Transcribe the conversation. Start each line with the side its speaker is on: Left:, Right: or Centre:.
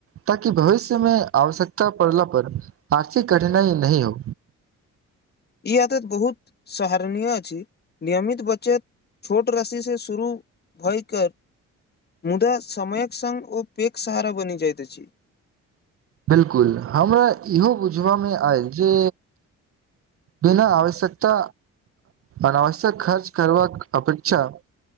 Right: ताकि भविष्यमे आवश्यकता पड़ला पर आ आर्थीक कठिनाई नहि हो।
Left: ई आदत बहुत सहरनीय अछि नियमित बचत छोट राशी से शुरू भय क मुदा समयक संग ओ पैक सहारा बनि जाइत अछि।
Right: बिल्कुल हमरा इहो बुझबामे आयल जे बिना आवश्यकता अनावश्यक खर्च करबाक अपेक्षा